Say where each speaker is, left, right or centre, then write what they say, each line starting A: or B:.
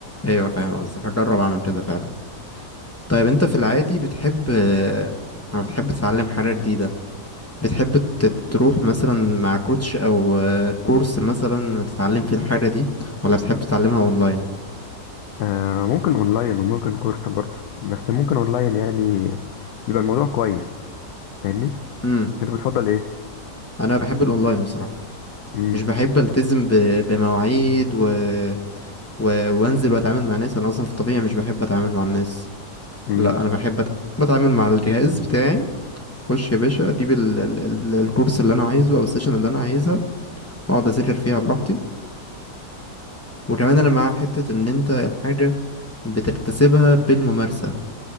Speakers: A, on the left; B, on the left.
A: ايوه فاهم قصدك هجرب اعمل كده فعلا طيب انت في العادي بتحب آه، بتحب تتعلم حاجه جديده بتحب ت- تروح مثلا مع كوتش او آه، كورس مثلا تتعلم فيه الحاجه دي ولا بتحب تتعلمها اونلاين
B: آه ممكن اونلاين وممكن كورس برضه بس ممكن اونلاين يعني بيبقى الموضوع كويس فاهمني
A: امم
B: انت بتفضل ايه
A: انا بحب الاونلاين بصراحه
B: امم
A: مش بحب التزم ب... بمواعيد و... و... وانزل واتعامل مع ناس انا اصلا في الطبيعه مش بحب اتعامل مع الناس
B: امم
A: لا انا بحب أت... بتعامل مع الجهاز بتاعي خش يا باشا اجيب ال... ال... ال- الكورس اللي انا عايزه او السيشن اللي انا عايزها واقعد اذاكر فيها براحتي وكمان انا مع حته ان انت الحاجه بتكتسبها بالممارسه